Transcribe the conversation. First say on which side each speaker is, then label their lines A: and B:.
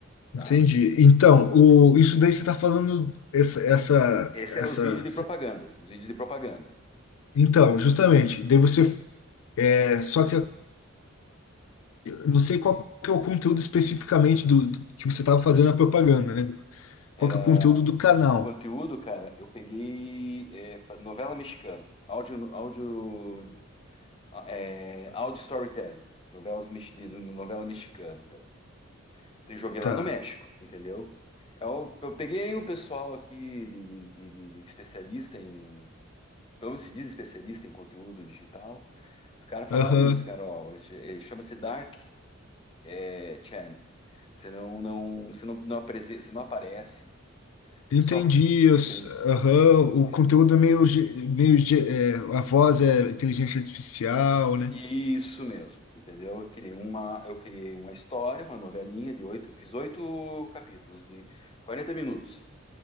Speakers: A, on the left (about 25°); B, on the left (about 75°).
A: tá?
B: Entendi. Então, o, isso daí você está falando essa, essa,
A: Esse
B: essa.
A: é os vídeos de propagandas, os vídeos de propaganda.
B: Então, justamente, daí você. É, só que eu não sei qual que é o conteúdo especificamente do, do que você estava fazendo a propaganda, né? Qual
A: Era
B: que é o conteúdo do canal?
A: o conteúdo, cara, eu peguei é, novela mexicana, áudio, áudio, é, áudio storytelling, novelas, mex- de- novela mexicana, cara. Te- Joguei
B: Tá.
A: lá no México, entendeu? Eu, eu peguei um pessoal aqui de, de- de- de especialista em, como se diz especialista em conteúdo digital. Os caras falaram
B: Aham.
A: isso, cara, ó, esse- eh, chama-se Dark eh, Channel. Você não, não, você não, não apresen- você não aparece, você
B: Entendi.
A: só
B: eu
A: entende,
B: s- Aham. O
A: entende.
B: conteúdo é meio, ge- meio, ge- é, a voz é inteligência artificial, né?
A: Isso mesmo, entendeu? Eu criei uma, eu criei uma história, uma novelinha de oito, eu fiz oito capítulos de 40 minutos.